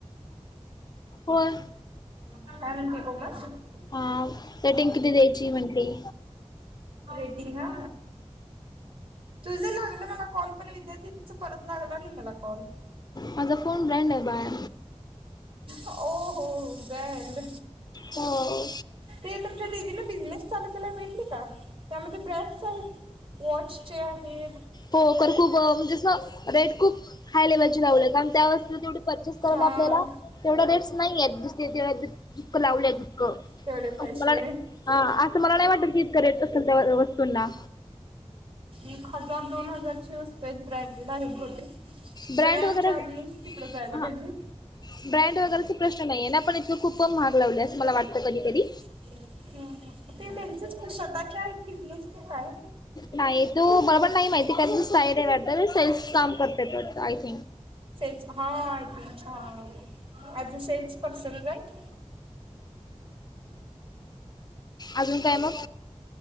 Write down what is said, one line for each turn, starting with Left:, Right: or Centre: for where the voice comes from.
Left: होय.
Right: काय म्हणते कोमल
Left: हा, रेटिंग किती द्यायची म्हंटली?
Right: रेटींग ना? तुझं लागलं मला कॉल, पण विद्या दिदीचा परत लागला नाही मला कॉल.
Left: माझा फोन ब्रँड बाळ आहे.
Right: ओ हो हो, ब्रॅंड
Left: हो
Right: ते तुमच्या दिदीनं, बिझनेस चालू केला बघितली का? त्यामध्ये ब्रँड्स आहेत वॉचचे आहेत
Left: हो खरं खुप म्हणजे असं रेट खूप हाय लेवलचे लावलेत, कारण त्या पासून तेवढं परचेस करायला
Right: हा
Left: आपल्याला तेवढा रेट्स नाहीयेत, जितकं लावले तितकं.
Right: तेवढे पैसे
Left: असं मला नाही, असं मला नाही वाटतं की इतके रेट असतील त्या वस्तूंना.
Right: एक हजार, दोन हजारची वस्तू प्रत्येक ब्रँडेड आहे प्रोडक्ट,
Left: ब्रँड
Right: सगळे आमच्या
Left: वगैरे
Right: अगेंस्ट तिकडे जायला
Left: हा
Right: पाहिजे.
Left: ब्रँड वगैरेचा प्रश्न नाही आहे ना. पण इतकं खूप महाग लावले, असं मला वाटत कधीकधी.
Right: हम्म ते त्यांचच स्वतःच्या बिझनेस का काय?
Left: नाही तो बरोबर नाही माहिती. कारण ती <unintelligible> वाटतं सेल्स काम करतेत, आय थिंक.
Right: सेल्स हां, हा I think a cells person right
Left: अजून काय मग?